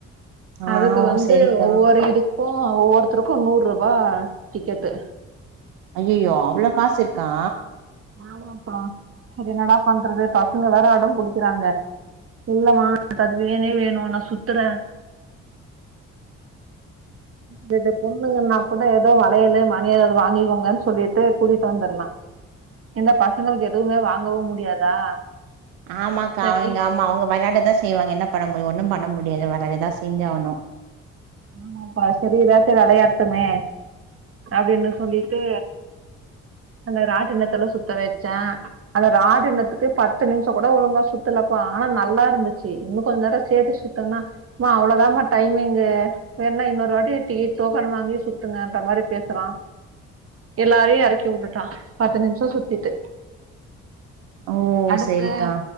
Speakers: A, on the right; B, on the right.
A: ஆ
B: அதுக்கு
A: ஓ
B: வந்து
A: சரிக்கா
B: ஒவ்வொரு இதுக்கு ஒவ்வொருத்தருக்கு நூற் ருபா டிக்கெட்டு
A: அய்யயோ அவ்ளோ காஸ் இருக்கா
B: ஆமாப்பா சரி என்னாடா பண்றது பசங்க வேற அடம் புடிக்கிறாங்க இல்லமா எனக் அது வேணே வேணு நா சுத்துற தத பொண்ணுங்கன்னா கூட ஏதோ வளையலு மணி ஏதாவ்து வாங்கிக்கோங்கன் சொல்லிட்டு கூட்டிட் வந்துர்லா இந்த பசங்கள்க் எதுமே வாங்கவு முடியாதா
A: ஆமாக்கா
B: சரி
A: அவிங் ஆமா அவுங்க வெளாடதா செய்வாங்க என்ன பண்ண முயு ஒண்ணு பண்ண முடியாது வெடாதேதா செஞ்ச் ஆனு
B: ஆமாப்பா சரி எதாச்சு வெளையாட்டுமே அப்டின்னு சொல்லிட்டு அந்த ராட்டனத்தல சுத்த வச்சே அத ராடினத்துக்கு பத்து நிம்ஷோ கூட ஒழுங்கா சுத்துலப்பா ஆனா நல்லா இருந்துச்சி இன்னு கொஞ்ச நேரஸ் சேத்து சுத்துன்னா மா அவ்ளதாம்மா டைமிங்கு வேணா இன்னொரு வாட்டி டீ டோக்கன் வாங்கி சுத்துங்கன்ற மாரி பேசுறா எல்லாரையு எறக்கி வுட்டுட்டா பத்து நிம்ஷோ சுத்திட்டு
A: ஓ
B: அடுத்து
A: செரிக்கா